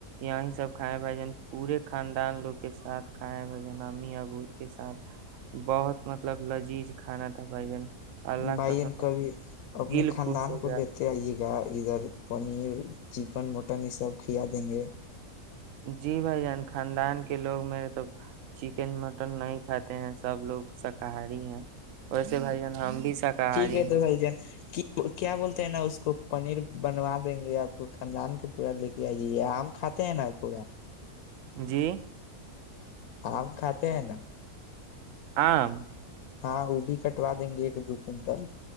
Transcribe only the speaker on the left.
بھائیین
کبھی اپنے
خاندان
کو
لیتے آئیے گا ادھر پنیر چکن مٹن یہ سب کیا دیں گے
ٹھیک ہے تو بائی جان کیا بولتے ہیں نا اس کو پنیر بنوا دیں گے آپ کو خاندان کو پورا لے کے جی آم کھاتے ہیں نا پورا
آ ہم کھاتے ہیں نا
ہاں وہ بھی کٹوا دیں گے ایک دو کنٹل